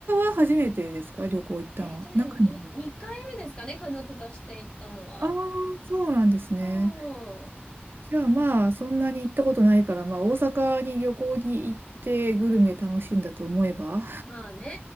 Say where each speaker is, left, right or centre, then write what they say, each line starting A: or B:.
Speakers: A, on the right (about 60°); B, on the left (about 20°).
A: は初めてですか、旅行行ったの。
B: <laughs> えっとね、
A: 中に。
B: に、2回目ですかね、家族として行ったのは。
A: ああ、そうなんですね。
B: うん。
A: じゃあまあ、そんなに行ったことないから、まあ、大阪に旅行に行ってグルメ楽しんだと思えば、
B: まあね、